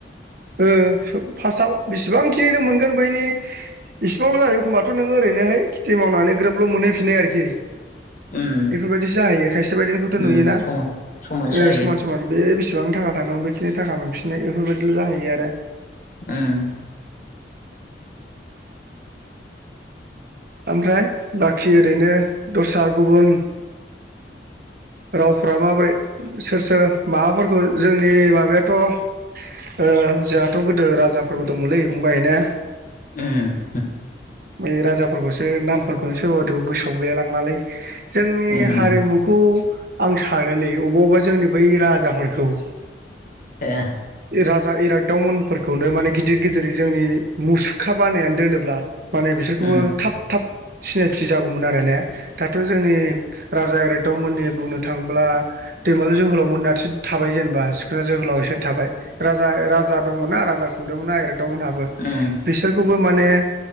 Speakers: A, on the right; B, on the left.
A: ओ फार्स्टआव बेसेबांखिनि नों मोनगोन बैनि इसिबांल' जायो एखमबाथ' नोङो ओरैनोहाय खेथि मावनानै ग्रोबल' मोनहैफिननो आरोखि।
B: उम
A: बेफोरबायदि जाहैयो खायसे बायदिनिखौथ'
B: उम
A: नुयोना?
B: समा
A: ओ
B: जाहैयो
A: समान स मान बे बेसेबां थाखा थांदोंमोन बेखिनि थाखा मोनफिननाय बेफोरबायदिल' जाहैयो आरो‌।
B: उम।
A: ओमफ्राय बाखि ओरैनो दस्रा गुबुन रावफ्रा माबोरै? सोर सोर माबाफोरखौ जोंनि माबायाथ' ओ जोंहाथ' गोदो राजाफोरबो दंमोनलै फंबाय ने?
B: उम
A: बै राजाफोरखौसो नामफोरखौनो सोरबाखौ गोसोआव गैलाय लांलालै। जोंनि
B: उम
A: हारिमुखौ आं सानोलै अबेबा अबेबा जोंनि बै राजाफोरखौ
B: ए
A: राजा इरागदावमोननफोरखौनो माने गिदिर गिदिर जोंनि मुसुखा बानायनानै दोनो। माने बिसोरखौबो
B: उम
A: थाब थाब सिनायथि जागौमोन आरो ने। दाथ' जोंनि राजा इरागदावमोननि बुंनो थांङोब्ला। दैमालु जोहोलाव मोनासो थाबाय जेनेबा सिखोना जोहोलाव बिसोर थाबाय राजा राजा दंना राजा खुंदोंमोनना एरदोंमोनहाबो
B: उम
A: बिसोरखौबो माने